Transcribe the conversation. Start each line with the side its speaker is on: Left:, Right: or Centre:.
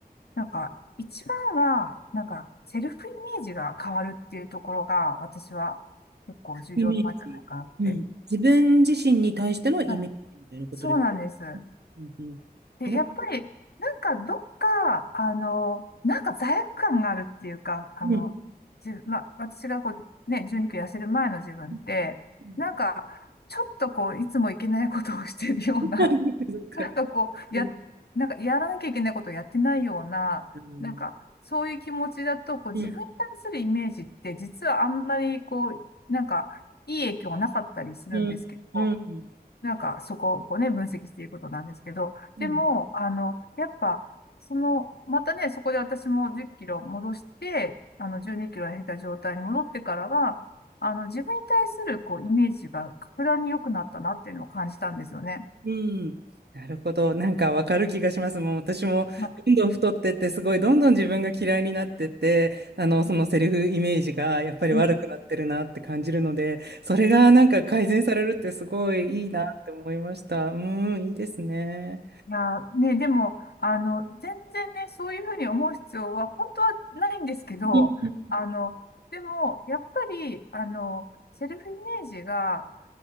Left: なんか、一番は、なんか、セルフイメージが変わるっていうところが、私は結構重要なんじゃないかなって。
Right: イメージ。うん。自分自身に対してのイメージみたいなことです。
Left: うん、そうなんです。
Right: うんうん。
Left: で、
Right: ど、
Left: やっぱり、なんかどっか、あの、なんか罪悪感があるっていうか、あの、
Right: うん。
Left: 自まあ、私がこう、ね、12キロ痩せる前の自分って、
Right: うん <laughs>。うん。
Left: なんか、ちょっとこう、いつもいけないことをしてるような、
Right: <laughs>
Left: <laughs> なんかこう、
Right: うん。
Left: や、なんかやらなきゃいけないことをやってないような、
Right: うん。
Left: なんか、そういう気持ちだと、こう、
Right: うん。
Left: 自分に対するイメージって、実はあんまり、こう、なんか、いい影響はなかったりするんですけど、
Right: うん。うん。
Left: なんかそこをこうね、分析していくことなんですけど、
Right: うん。
Left: でも、あの、やっぱ、その、またね、そこで私も10キロ戻して、あの、12キロ減った状態に戻ってからは、あの、自分に対するこう、イメージが格段に良くなったなっていうのを感じたんですよね。
Right: うん。なるほど。なんかわかる気がします。もう私もどんどん太ってって、
Left: まあ
Right: すごいどんどん自分が嫌いになってって、あの、そのセリフイメージがやっぱり悪くなってるなって感じるので、
Left: うん
Right: それがなんか改善されるってすごいいいなって思いました。うん、いいですね。
Left: いやね、でも、あの、全然ね、そういうふうに思う必要は本当はないんですけど、
Right: うん。
Left: あの、でも、やっぱり、あの、セルフイメージが、